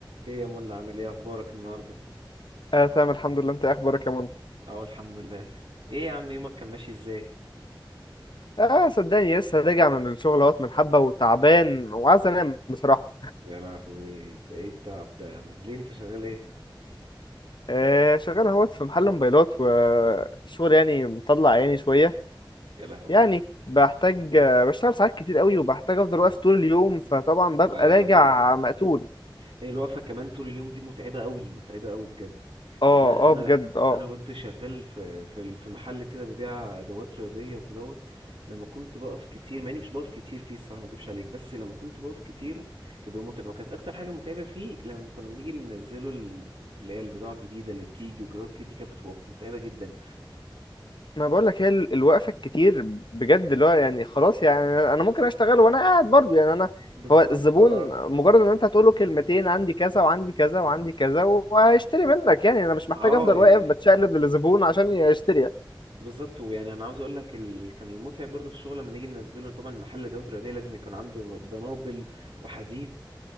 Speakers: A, on the right; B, on the left.
A: ايه يا منى عامل ايه اخبارك النهارده
B: اه تمام الحمد لله انت ايه اخبارك يا منى
A: اه الحمد لله ايه يا عم يومك كان ماشي ازاي
B: اه صدقني لسه راجع من الشغل اهوت من حبه وتعبان وعايز انام بصراحه
A: يا لهوي ده ايه التعب ده يا عم ليه انت شغال ايه
B: آه شغال اهوت في محل موبايلات والشغل يعني مطلع عيني شويه
A: يا لهوي
B: يعني بحتاج آه، بشتغل ساعات كتير قوي وبحتاج افضل واقف طول اليوم فطبعا ببقى
A: لا
B: راجع
A: يا عم ايه ده
B: مقتول
A: هي الوقفة كمان طول اليوم دي متعبة قوي متعبة قوي بجد
B: اه
A: يعني انا
B: اه
A: انا
B: بجد اه
A: انا كنت شغال في في ال- في محل كده ببيع ادوات رياضية وكدهوت لما كنت بقف كتير مع اني مش بقف كتير فيه الصراحة ما اكدبش عليك بس لما كنت بقف كتير كان بيبقى متعب وكانت اكتر حاجة متعبة فيه لما كنا بنيجي بننزله ال- اللي هي البضاعة الجديدة اللي بتيجي وكدهوت كده، دي كانت بتبقى متعبة جدا
B: ما بقولك هي ال- الوقفة الكتير بجد اللي هو يعني خلاص يعني أنا أنا ممكن أشتغل وأنا قاعد برضو يعني أنا
A: بالظبط
B: هو الزبون
A: اه
B: مجرد إن أنت هتقوله كلمتين عندي كذا وعندي كذا وعندي كذا وهيشتري منك يعني أنا مش محتاج
A: اه
B: أفضل
A: يعني
B: واقف بتشقلب للزبون عشان يشتري يعني
A: بالظبط ويعني انا عاوز اقول لك ال... كان المتعب برضه في الشغل لما نيجي ننزله طبعا محل ادوات رياضيه لازم يكون عنده دنابل وحديد